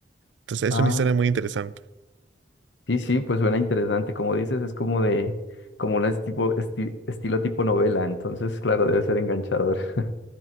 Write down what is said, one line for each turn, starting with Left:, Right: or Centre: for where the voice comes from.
Right: Entonces
Left: ah,
Right: es una historia muy interesante.
Left: sí, sí, pues suena interesante. Como dices, es como de, como un tipo, esti- estilo tipo novela, entonces, claro, debe ser enganchador. <laughs>